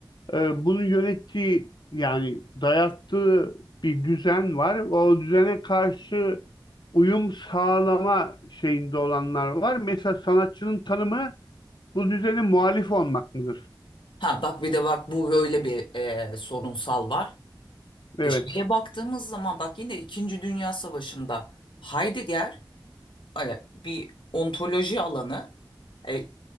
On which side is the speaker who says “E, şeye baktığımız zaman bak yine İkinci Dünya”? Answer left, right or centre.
Left